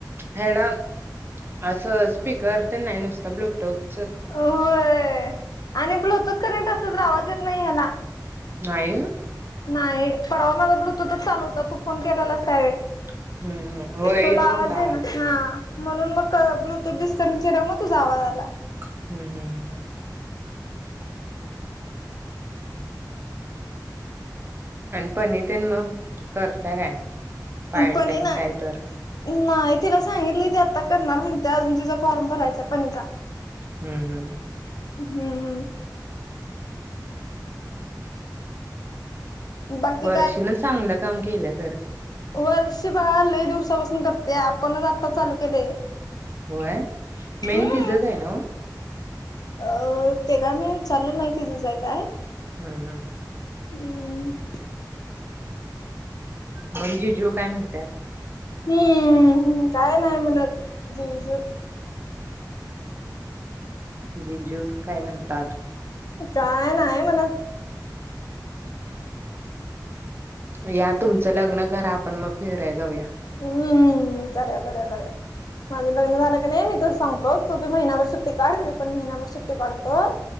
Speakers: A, on the right (about 30°); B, on the left (about 60°).
A: ह <unintelligible> ह स स् स्पीकर त्यांनायनो असत ब्लकटोक. <unintelligible>
B: होय आणि ब्लूतूथ करनेंक्ट असल, तर आवाज येत नाही ह्याला.
A: नाहीयत.
B: नाही परावा माझा ब्लूटूथच चालू होता, तू फोन केलाला असवे.
A: हम्म हम्म होय
B: तोला
A: येत
B: आवाज
A: नव्हता
B: आहे ना हा. म्हणून मग ब्लूटूथ डिस्टनचीिर मग तुझा आवाजाला.
A: हम्म हम्म हम्. आणि पनी तेन मग करता काय. पार्ट
B: पण
A: टाइम
B: नाही नाही.
A: काय तर
B: तिला सांगितली ते आता करणार म्हणते, अजून तिचा फॉर्म भरायचा पणचा
A: हम्म हम्.
B: हम्म. बाकी
A: वर्षीन चांगलं काम केलंत.
B: वर्ष बाळा आलंय दिवसापासून करते, आपणच आता चालू केले.
A: हो आहे मेहनती
B: हम्म
A: जच आहे ना.
B: अ ते काय मी विचारलो नाहीतीि जचय काय.
A: हम्म हम्म हम्म.
B: हम.
A: म्हणजे जो काय म्हणतात
B: हम्म काय नाही म्हनात जीजू.
A: जे जो काय म्हणतात.
B: काय नाही म्हणत.
A: या तुमचं लग्न करा, आपण मग फिराय जाऊया.
B: हम् करया करया कर. माझं लग्न झालं क नाही मी त सांगतो, तूी महिना्यावर सुट्टी काढ म पण महिना्याभर सुट्टी काढतो.